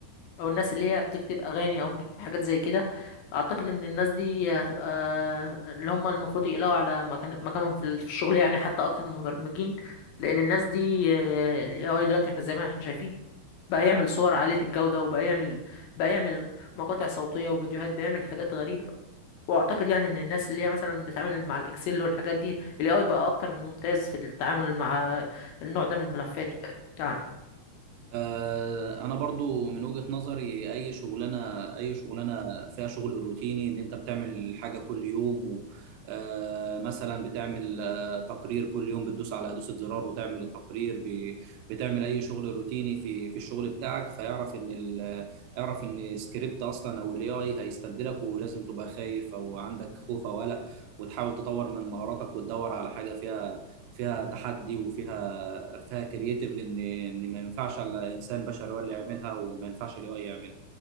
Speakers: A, on the left; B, on the right.
A: او الناس اللي هي بتكتب اغاني او بتكتب حاجات زي كده اعتقد ان الناس دي هتبقى اللي هم المفروض يقلقوا على مكان مكانهم في ال- في الشغل يعني حتى اكتر من المبرمجين لان الناس دي الاي اي دلوقتي احنا زي ما احنا شايفين بقى يعمل صور عالية الجودة وبقى يعمل بقى يعمل مقاطع صوتية وفيديوهات بقى يعمل حاجات غريبة واعتقد يعني ان الناس اللي هي مثلا بتتعامل مع الاكسل والحاجات دي الاي اي بقى اكتر ممتاز في التعامل مع النوع ده من الملفات يعني
B: آه، انا برضو من وجهة نظري اي شغلانه اي شغلانه فيها شغل روتيني ان انت بتعمل حاجه كل يوم و آه، مثلا بتعمل آه، تقرير كل يوم بتدوس على دوسة زرار وتعمل التقرير ب- بتعمل اي شغل روتيني في في الشغل بتاعك فيعرف ان ال- يعرف ان سكريبت اصلا او الاي اي هيستبدلك ولازم تبقى خايف او عندك خوف او قلق وتحاول تطور من مهاراتك وتدور على حاجه فيها فيها تحدي وفيها فيها كرييتيف ان ان ما ينفعش على انسان بشري هو اللي يعملها وما ينفعش الاي يعملها